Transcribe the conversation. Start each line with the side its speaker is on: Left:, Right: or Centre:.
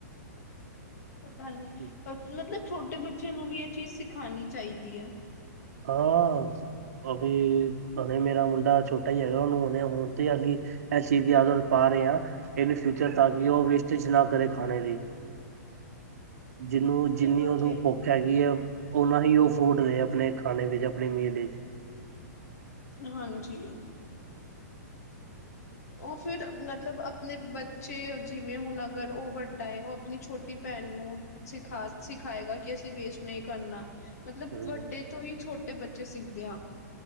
Left: ਪਤਾ ਨੀ
Right: ਜੀ
Left: ਪਰ ਮਤਲਬ ਛੋਟੇ ਬੱਚੇ ਨੂੰ ਵੀ ਇਹ ਚੀਜ਼ ਸਿਖਾਉਣੀ ਚਾਹੀਦੀ ਆ
Right: ਹਾਂ ਅਭੀ ਅਭੇ ਮੇਰਾ ਮੁੰਡਾ ਛੋਟਾ ਹੈਗਾ ਉਹਨੂੰ ਹੁਣੇ ਰੋਟੀ ਘਾ ਗਈ <unintelligible> ਚੀਜ਼ ਦੀ ਆਦਤ ਪਾ ਰਹੇ ਹਾਂ ਏਦੇ ਫਿਊਚਰ ਤਾਂ ਕਿ ਉਹ ਵੇਸਟੇਜ ਨਾ ਕਰੇ ਖਾਣੇ ਦੀ ਜਿਹਨੂੰ
Left: ਸਹੀ
Right: ਜਿੰਨੀ
Left: ਗੱਲ
Right: ਨੂੰ
Left: ਏ।
Right: ਭੁੱਖ ਹੈਗੀ ਹੈ ਓਨਾ ਹੀ ਉਹ ਫੂਟ ਨੇ ਆਪਣੇ ਖਾਣੇ ਵਿੱਚ ਆਪਣੀ ਮੀਲ ਵਿੱਚ
Left: ਹਾਂਜੀ ਉਹ ਫੇਰ ਮਤਲਬ ਨੇ ਬੱਚੇ ਜਿਵੇਂ ਹੁਣ ਅਗਰ ਉਹ ਵੱਡਾ ਐ ਉਹ ਆਪਣੀ ਛੋਟੀ ਭੈਣ ਨੂੰ ਸਿਖਾ ਸਿਖਾਏਗਾ ਕਿ ਅਸੀਂ ਵੇਸਟ ਨਹੀਂ ਕਰਨਾ ਮਤਲਬ
Right: ਹਮ
Left: ਵੱਡੇ ਤੋਂ ਹੀ ਛੋਟੇ ਬੱਚੇ ਸਿੱਖਦੇ ਆ